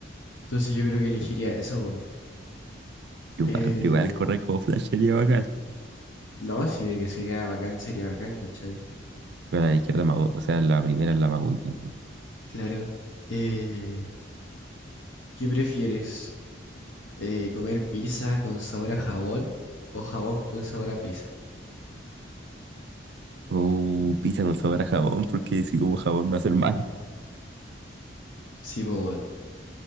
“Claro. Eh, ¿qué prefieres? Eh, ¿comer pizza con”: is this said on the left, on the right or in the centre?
Left